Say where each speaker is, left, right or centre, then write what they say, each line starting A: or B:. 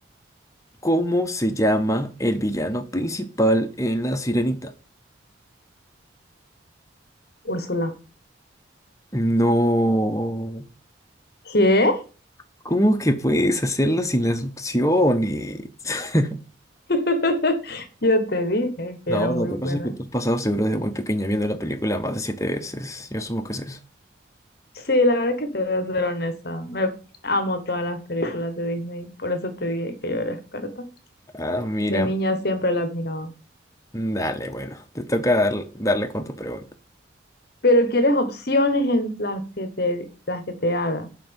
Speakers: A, on the left (about 15°); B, on the left (about 55°).
A: ¿Cómo se llama el villano principal en La Sirenita?
B: Úrsula.
A: No,
B: ¿Qué?
A: ¿cómo que puedes hacerlo sin las opciones? <laughs>
B: <laughs> Yo te dije que
A: No,
B: era muy
A: no, lo que
B: buena.
A: pasa es que tú has pasado seguro desde muy pequeña viendo la película más de siete veces. Yo supongo que es eso.
B: Sí, la verdad es que te voy a ser honesta. Me amo todas las películas de Disney. Por eso te dije que yo era experta.
A: Ah, mira.
B: De niña siempre las miraba.
A: Dale, bueno, te toca dar- darle con tu pregunta.
B: Pero quieres opciones en las que te, las que te haga.